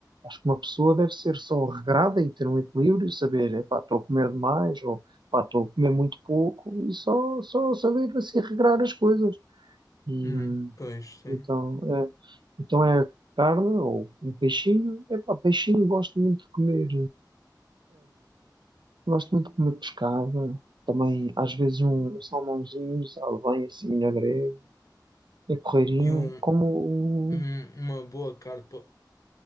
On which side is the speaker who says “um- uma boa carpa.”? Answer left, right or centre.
Left